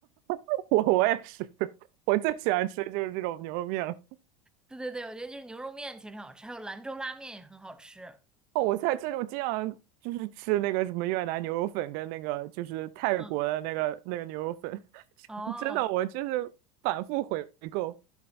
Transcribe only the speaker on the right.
<laughs> 我我也是，<laughs> 我最喜欢吃的就是这种牛肉面了。
哦，我在这种经常就是吃那个什么越南牛肉粉跟那个就是泰国的那个那个牛肉粉，
<laughs> 真的我就是反复回购。